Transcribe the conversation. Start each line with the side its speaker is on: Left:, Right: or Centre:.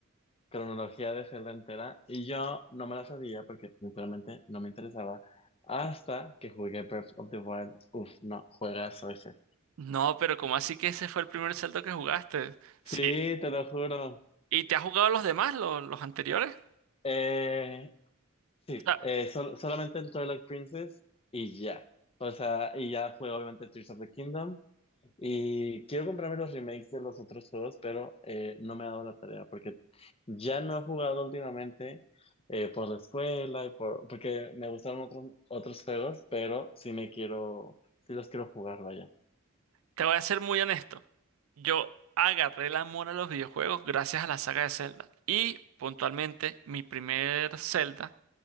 Left: cronología de Zelda entera y yo no me la sabía porque sinceramente no me interesaba hasta que jugué Breath of the Wild. Uf, no, juegazo ese.
Right: No, pero ¿cómo así que ese fue el primer Zelda que jugaste? Sí.
Left: Sí, te lo juro.
Right: ¿Y te has jugado los demás, los, los anteriores?
Left: Eh,
Right: O
Left: sí,
Right: sea,
Left: eh, sol- solamente el Twilight Princess y ya. O sea, y ya juego obviamente Tears of the Kingdom. Y quiero comprarme los remakes de los otros juegos, pero eh, no me ha dado la tarea porque ya no he jugado últimamente eh, por la escuela y por, porque me gustaron otros, otros juegos, pero sí me quiero, sí los quiero jugar, vaya.
Right: te voy a ser muy honesto. Yo agarré el amor a los videojuegos gracias a la saga de Zelda. Y puntualmente, mi primer Zelda